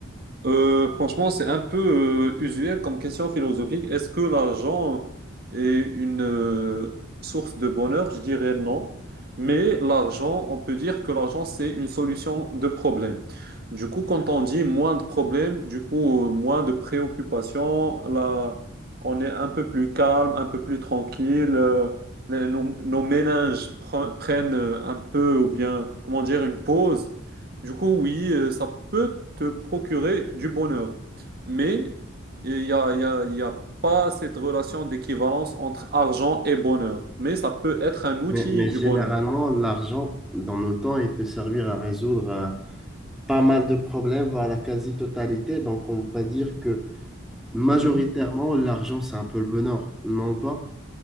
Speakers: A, on the right; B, in the centre.
A: Euh, franchement, c'est un peu euh, usuel comme question philosophique. Est-ce que l'argent est une euh, source de bonheur? Je dirais non. Mais l'argent, on peut dire que l'argent, c'est une solution de problème. Du coup, quand on dit moins de problèmes, du coup, euh, moins de préoccupations, là, on est un peu plus calme, un peu plus tranquille. euh, les- nos, nos ménages pre- prennent euh, un peu, ou bien, comment dire, une pause. Du coup, oui, euh, ça peut te procurer du bonheur, mais il n'y a, il y a- il y a pas cette relation d'équivalence entre argent et bonheur, mais ça peut être un outil
B: Mais, mais
A: du
B: généralement,
A: bonheur.
B: l'argent, dans nos temps, il peut servir à résoudre euh, pas mal de problèmes, voire la quasi-totalité. Donc, on va dire que majoritairement,
A: Mhm.
B: l'argent, c'est un peu le bonheur, non pas?